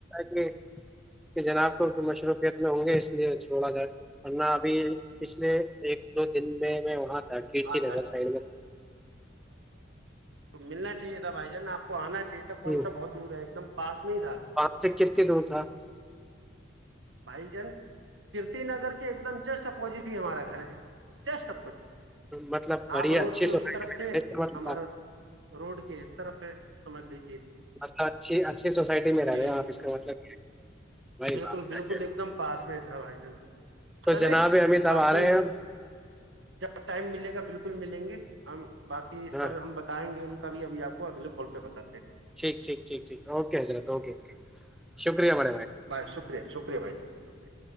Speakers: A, in the centre; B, on the right.
A: کہ جناب کو مشروفیت میں ہوں گے اس لیے چھوڑا جائے ورنہ ابھی پچھلے ایک دو دن میں میں وہاں تھا کھڑکی
B: اں
A: نگر سائڈ میں
B: تو ملنا چاہیے تھا بھائی جان آپ کو آنا چ یہ تھا کون
A: ہ
B: سا بہت دور ہے ایک دم پاس میں ہی تھا
A: وہاں سے کتنی دور تھا
B: بھائی جن کیرتی نگر کے ایک دم جسٹ اپوزٹ ہی ہمارا گھر ہے جسٹ اپوزٹ
A: مطلب بڑی
B: آپ روڈ
A: اچھی
B: کے
A: سوسائٹی
B: اس طرف تھے ہمار
A: میں،
B: روڈ کے اس طرف ہے سمجلی
A: مطلب اچھی اچھی سوسائٹی میں رہ
B: جی
A: رہے ہیں آپ اس کا مطلب بھائی
B: بالکل
A: بات کیا
B: بالکل
A: کہہ رہے
B: ایک
A: ہیں۔
B: دم پاس میں تھا بھائی جان
A: تو
B: چلے
A: جناب امت
B: باقی
A: آپ آ رہے ہیں اب؟
B: جب ٹائم ملے گا بالکل ملیں گے ہم باقی
A: ہاں
B: سر ہم بتائیں گے ان بھی اب آپ کو اگل کھال پہ بتااتے
A: ٹھیک ٹھیک ٹھیک ٹھ اوکے حضرت اوکے شکریہ بڑے بھائی
B: بھائی شکریہ شکریہ بھائی شکریہ